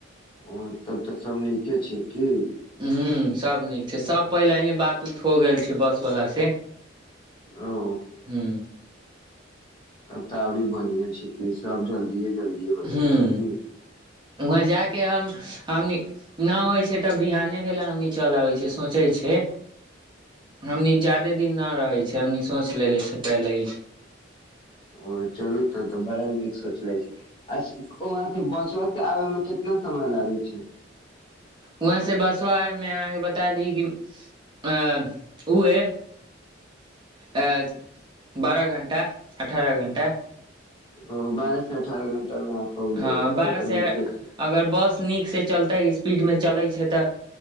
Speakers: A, on the left; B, on the right.
A: ओ तब तऽ सब नीके छै की
B: हूँ सब नीक छै सब पहिलहि बात उत हो गेल छै बस वाला से
A: ओ
B: हूँ
A: तब तऽ आओरी बन्हिआँ छिकी। सभ जल्दिए जल्दी हो
B: हुं
A: जाइ छिकी
B: वहाँ जायके हम हमनी ना होइ छै तऽ बिहाने भेले हमनी चल अबैइ छी सोंचैइ छै
A: <inaudible>
B: हमनी जादे दिन ना रहैइ छी हमनी सोच लेलेे छी पहिलही
A: ओ चलू तब तऽ बड़ा नीक सोचले छी अहाँ के बसवा से आबे मे कितना समय लागै छै
B: वहाँ से बसवा आवेमे आहाँके बता दी कि आ उहे अ बारह घण्टा अठारह घण्टा
A: ओ बारह से अठारह घंटा मे अहाँ पहुँच
B: हँ
A: जाइ छी तब
B: बारह
A: तऽ
B: से
A: नीके छै
B: अगर बस नीक से चलते स्पीड मे चले छै तऽ